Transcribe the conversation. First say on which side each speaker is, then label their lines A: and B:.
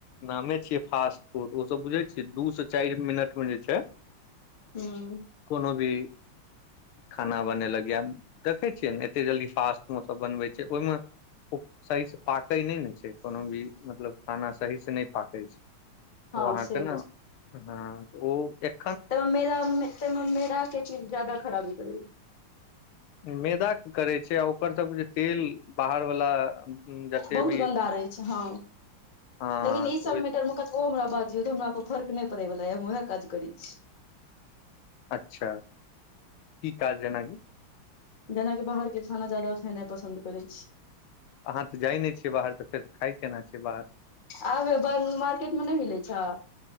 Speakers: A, on the left (about 80°); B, on the left (about 30°).
A: नामे छियै फास्ट फूड ओ सब बुझे छियै दू से चारि मिनट में जे छै
B: हूँ
A: कोनो भी खाना बनेलक य देखैत छियै ने एते जल्दी फास्टमे सभ बनबैत छै। ओहिमे ओ सही से पाकै नहि ने छै कोनो भी मतलब खाना सहीसँ नहि पाकै छै
B: हँ
A: ओ अहाँके
B: से
A: ने हँ ओ एक
B: त त मेरा के चीज जाददा खराबी करब
A: मैदा के करै छै आ ओकर सब जे तेल बाहर वाला जते
B: बहुत
A: भी
B: गन्दा रहै छै। हँ
A: हँ
B: लेकिन ई
A: तऽ
B: सब
A: ओहि
B: मेटर मे हमरा बाजी हमरा पर फर्क नहि पड़ेवला हम उएह काज करै छी।
A: अच्छा की काज जेनाकी
B: जेनाकि बाहर के खाना ज्यादा खेनाइ पसन्द करैत छी।
A: अहाँ तऽ'जाइ नहि छियै बाहर तऽ' फेर खााय केना छै। बाहर
B: आबे ब मार्केट मे नहि मिलै छ